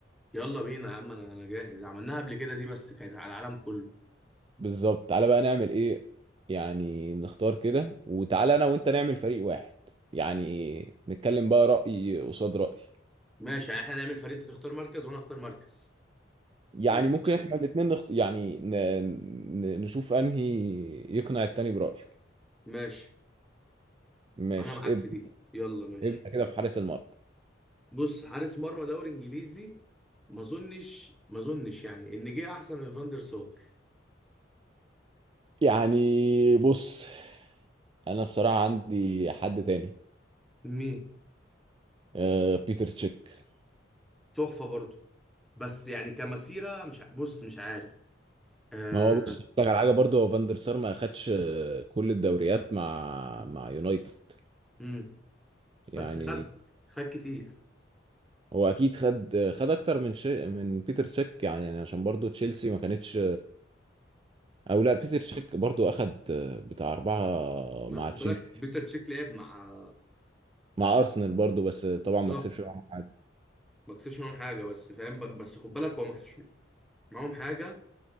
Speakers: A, in the centre; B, on the right.
A: يلا بينا يا عم انا انا جاهز عملناها قبل كده دي بس كانت على العالم كله
B: بالظبط تعالى بقى نعمل ايه يعني نختار كده وتعالى انا وانت نعمل فريق واحد يعني نتكلم بقى رأي قصاد رأي
A: ماشي يعني احنا هنعمل فريق انت تختار مركز وانا اختار مركز
B: يعني
A: ونشوف
B: ممكن احنا الاتنين نخت... يعني ن... ن... نشوف انهي يقنع التاني برأيه
A: ماشي
B: ماشي
A: انا معاك
B: ابدأ
A: في دي يلا ماشي
B: ابدأ كده في حارس المرمى
A: بص حارس مرمى دوري انجليزي ما اظنش ما اظنش يعني ان جه احسن من فاندر سار
B: يعني بص انا بصراحة عندي حد تاني
A: مين
B: آه بيتر تشيك
A: تحفه برضه بس يعني كمسيره مش ع- بص مش عارف آه
B: ما هو بص أقول لك على حاجة برضه هو فاندر سار ما اخدش آه، كل الدوريات مع مع يونايتد
A: امم بس
B: يعني
A: خد خد كتير
B: هو اكيد خد خد اكتر من شيء من بيتر تشيك يعني يعني عشان برضو تشيلسي ما كانتش او لا بيتر تشيك برضو اخد بتاع اربعة
A: ما
B: مع
A: خد
B: تشيلسي
A: بالك بيتر تشيك لعب مع
B: مع ارسنال برضو بس طبعا ما
A: زار
B: كسبش معاهم حاجة
A: ما كسبش معاهم حاجه بس فاهم ب- بس خد بالك هو ما كسبش معاهم حاجه